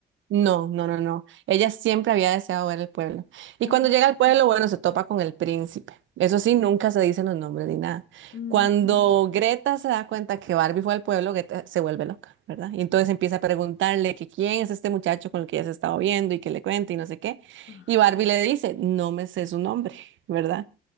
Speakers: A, on the right; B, on the left.
A: No, no, no, no. Ella siempre había deseado ver el pueblo. Y
B: Ajá.
A: cuando llega al pueblo, bueno, se topa con el príncipe. Eso sí, nunca se dicen los nombres ni nada.
B: Mm,
A: Cuando Greta se da cuenta que Barbie fue al pueblo, Greta se vuelve loca, ¿verdad? Y entonces empieza a preguntarle que quién es este muchacho con el que ella se estaba viendo y que le cuente y no sé qué.
B: ah,
A: Y Barbie le dice, no me sé su nombre, ¿verdad?